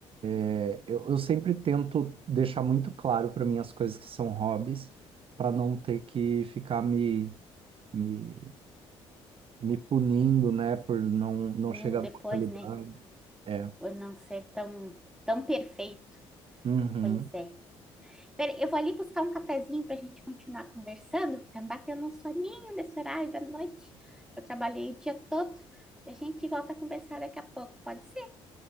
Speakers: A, on the right; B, in the centre.
A: É, Eu, eu sempre tento deixar muito claro para mim as coisas que são hobbies, para não ter que ficar me, me, me punindo, né, por não, não
B: Punindo
A: chegar
B: depois,
A: na qualidade.
B: né?
A: É.
B: Por não ser tão, tão perfeito.
A: Uhum.
B: Pois é. Peraí, eu vou ali buscar um cafezinho para a gente continuar conversando, que tá me batendo um soninho nesse horário da noite, que eu trabalhei o dia todo. E a gente volta a conversar daqui a pouco, pode ser?